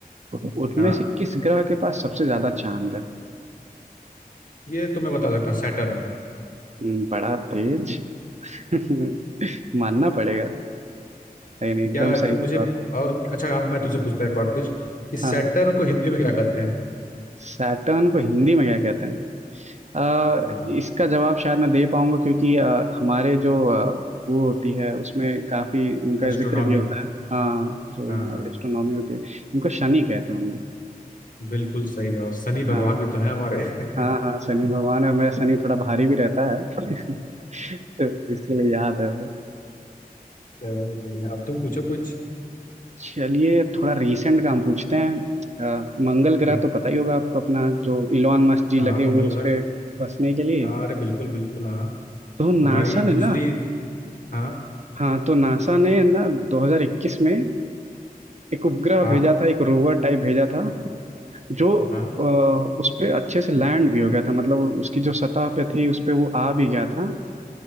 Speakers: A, on the right; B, on the left.
A: तो उनमें
B: हाँ
A: से किस ग्रह के पास सबसे ज्यादा चांद है
B: ये तो मैं बता सकता हूँ सैटर्न
A: हम्म, बड़ा तेज <laughs> मानना पड़ेगा नहीं नहीं एकदम
B: क्या
A: सही
B: तुम
A: जवाब
B: मुझे
A: है
B: और अच्छा हाँ, मैं तुझसे पूछता है एक और कुछ इस
A: हाँ
B: सैटर्न
A: हाँ।
B: को हिंदी में क्या कहते हैं
A: सैटर्न को हिंदी में क्या कहते हैं अ,
B: हाँ
A: इसका जवाब शायद मैं दे पाऊंगा क्योंकि अ, हमारे जो अ, वो होती है उसमें काफी उनका
B: एस्ट्रोनॉमी
A: जिक्र भी होता है हाँ जो
B: हाँ
A: हमारे
B: हाँ
A: एस्ट्रोनॉमी होते हैं इनको शनि कहते होंगे
B: बिल्कुल सही जवाब शनि
A: हाँ
B: भगवान भी तो है हमारे <laughs>
A: हाँ हाँ शनि भगवान है और मेरा शनि थोड़ा भारी भी रहता है <laughs> तो इसके लिए याद है
B: चलो बढ़िया अब तुम पूछो कुछ
A: चलिए अब थोड़ा रीसेंट काम पूछते हैं अ, मंगल ग्रह
B: हम्म,
A: तो पता ही होगा आपको अपना जो इलॉन मस्क जी
B: हाँ
A: लगे
B: मंगल
A: हुए हैं उस
B: ग्रह
A: पे बसने के लिए
B: हाँ, अरे बिल्कुल बिल्कुल हाँ
A: तो
B: हमारी
A: नासा ने
B: दूसरी
A: ना
B: हाँ
A: हाँ तो नासा ने ना 2021 में एक उपग्रह
B: हाँ
A: भेजा था एक रोवर टाइप भेजा था जो
B: हाँ
A: अ, उस पे अच्छे से लैंड भी हो गया था मतलब उसकी जो सतह पे थी उस पे वो आ भी गया था